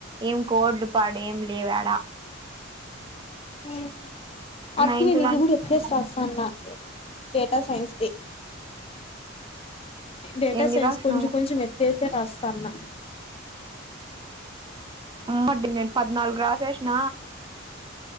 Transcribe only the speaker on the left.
ఉ వాటికి
నేను
ఇది కూడా ఏతేసి రాస్తున్న డేటా సైన్స్ ది డేటా
సైన్స్
కొంచెం కొంచెం ఎత్తేసి రాస్తా అన్న